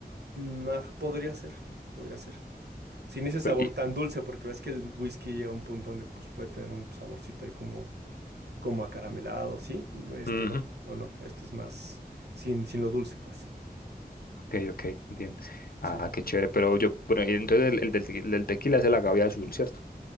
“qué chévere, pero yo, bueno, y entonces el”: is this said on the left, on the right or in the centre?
Left